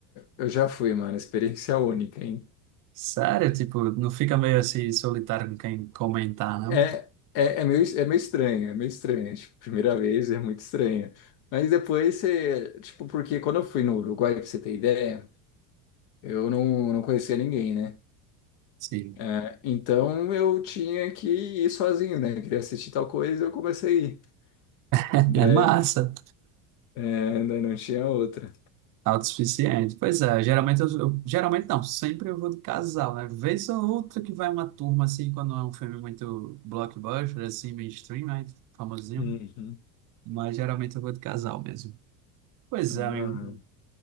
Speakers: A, on the left; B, on the right.
A: Eu já fui, mano. Experiência única, hein?
B: Sério, tipo, não fica meio assim solitário com quem comentar, não?
A: É, é, é meio, é meio estranho, é meio estranho. Tipo, primeira vez é muito estranho. Mas depois você. Tipo, porque quando eu fui no Uruguai, pra você ter ideia. Eu não, não conhecia ninguém, né?
B: Sim.
A: É, então eu tinha que ir sozinho, né? Queria assistir tal coisa eu comecei a ir.
B: <laughs>
A: Daí,
B: É massa,
A: é, daí não tinha outra.
B: autossuficiente. Pois é, geralmente eu, eu- geralmente não, sempre eu vou de casal, né? Vez ou outra que vai uma turma assim, quando é um filme muito blockbuster, assim, mainstream, né? Famosinho.
A: Uhum.
B: Mas geralmente eu vou de casal mesmo. Pois
A: Mas,
B: é, amigo.
A: ah,